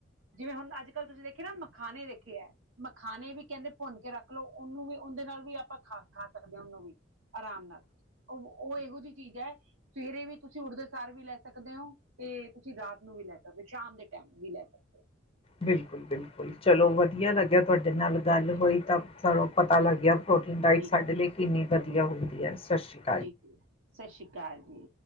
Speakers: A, on the right (about 85°); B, on the left (about 30°).
A: ਜਿਵੇਂ ਹੁਣ ਅੱਜ-ਕੱਲ ਤੁਸੀਂ ਦੇਖਿਆ ਨਾਂ ਮਖਾਣੇ ਵੇਖੇ ਏ। ਮਖਾਣੇ ਵੀ ਕਹਿੰਦੇ ਭੁੰਨ ਕੇ ਰੱਖ ਲਓ ਉਹਨੂੰ ਵੀ ਉਹਦੇਂ ਨਾਲ ਵੀ ਆਪਾਂ ਖਾ ਖਾ ਸਕਦੇ ਆਂ ਉਹਨੂੰ ਵੀ ਆਰਾਮ ਨਾਲ ਉਹ ਉਹ ਇਹੋ ਜਿਹੀ ਚੀਜ਼ ਐ, ਸਵੇਰੇ ਵੀ ਤੁਸੀਂ ਉੱਠਦੇ ਸਾਰ ਵੀ ਲੈ ਸਕਦੇ ਔਂ। ਤੇ ਤੁਸੀਂ ਰਾਤ ਨੂੰ ਵੀ ਲੈ ਸਕਦੇ, ਸ਼ਾਮ ਦੇ ਟਾਈਮ ਵੀ ਲੈ ਸਕਦੇ। ਹੋ
B: ਬਿਲਕੁਲ ਬਿਲਕੁਲ, ਚਲੋ ਵਧੀਆ ਲੱਗਿਆ ਤੁਹਾਡੇ ਨਾਲ ਗੱਲ
A: ਜੀ
B: ਹੋਈ ਤਾਂ ਸਾਨੂੰ ਪਤਾ ਲੱਗਿਆ ਪ੍ਰੋਟੀਨ ਡਾਇਟ
A: ਜੀ
B: ਸਾਡੇ ਲਈ ਕਿੰਨੀ ਵਧੀਆ ਹੁੰਦੀ ਐ, ਸਤਿ ਸ਼੍ਰੀ ਅਕਾਲ।
A: ਜੀ, ਸਤਿ ਸ੍ਰੀ ਅਕਾਲ ਜੀ।